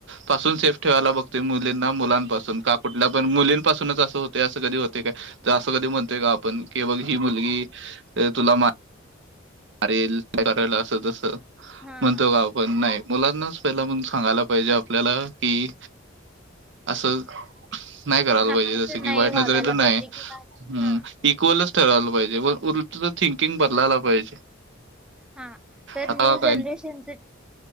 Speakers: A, on the right (about 60°); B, in the centre.
A: पासून सेफ ठेवायला बघते मुलींना मुलांपासून का कुठल्या पण मुलींपासूनच असं होते असं कधी होते काय तर असं
B: नाही
A: कधी म्हणतेय का आपण की बघ ही मुलगी ते तुला म मारल का करायला असं तस
B: हा
A: म्हणतो का आपण नाही मुलांनाच पहिला म्हण सांगायला पाहिजे आपल्याला कि असं नाही करायला
B: हा
A: पाहिजे
B: असं
A: जसं कि
B: नाही
A: वाईट
B: वागायला
A: नलं नाही
B: पाहिजे कि
A: हम्
B: हा
A: इक्वलच ठरावयला पाहिजे बस थिंकिंग बदलायला पाहिजे
B: हा तर
A: आता
B: न्यू
A: काय
B: जनरेशनच